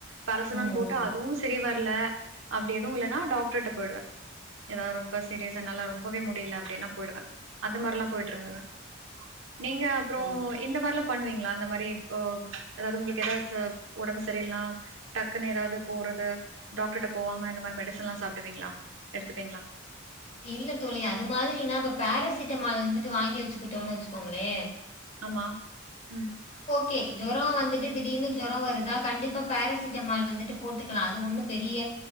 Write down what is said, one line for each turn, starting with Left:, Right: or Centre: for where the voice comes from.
Right: பேராசிமல்
Left: ம்,
Right: போட்டு
Left: ம்.
Right: அதுவு செரி வர்ல அப்டி எதுவு இல்லனா டாக்டர்ட்ட போய்டுவே எதா ரொம்ப சீரியஸ் என்னால ரொம்பவே முடியல அப்டினா போய்டுவே அந்த மாரிலா போயிட்ருந்துருவே நீங்க அப்றோ
Left: ஓ!
Right: இந்த மார்லா பண்ணுவீங்ளா அந்த மாரி ஓ எதாவது உங்களுக்கு ஏதாவது சோ ஒடம்பு சரியில்னா டக்குனு ஏதாவது போறது டாக்டர்ட் ட போவாம இந்த மாரி மெடிசன்லா சாப்டுவீங்ளா எடுத்துப்பீங்ளா
Left: இல்ல தோழி அது மாதிரினா இப்ப பேரசிட்டமால் வந்துட்டு வாங்கி வச்சுக்குட்டோனு வச்சுக்கோங்ளே
Right: ஆமா ம்
Left: கே ஜொரோ வந்துட்டு திடீர்னு ஜொரோ வருதா கண்டிப்பா பேரசிட்டமால் வந்துட்டு போட்டுக்லா அது ஒண்ணு பெரிய